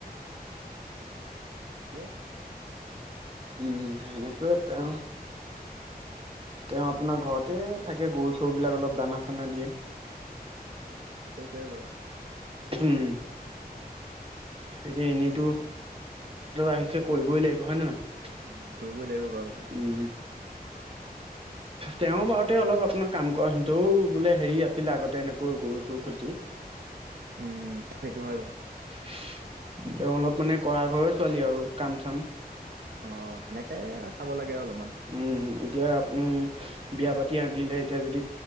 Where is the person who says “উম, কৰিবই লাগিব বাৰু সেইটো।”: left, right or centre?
Right